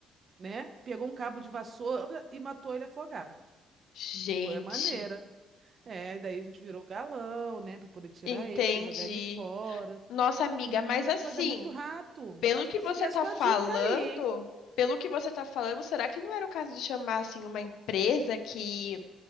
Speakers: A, on the right (about 45°); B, on the left (about 80°).
A: né? Pegou um cabo de vassoura e matou ele afogado.
B: Gente,
A: Foi a maneira. É, e daí a gente virou galão, né? Pra poder tirar
B: entendi.
A: ele, jogar ele fora.
B: Nossa, amiga,
A: Menina,
B: mas assim,
A: mas é muito rato.
B: pelo
A: Mas
B: que
A: vou
B: você
A: seguir a
B: tá
A: sua
B: falando,
A: dica aí, hein?
B: pelo que você tá falando, será que não era o caso de chamar assim uma empresa que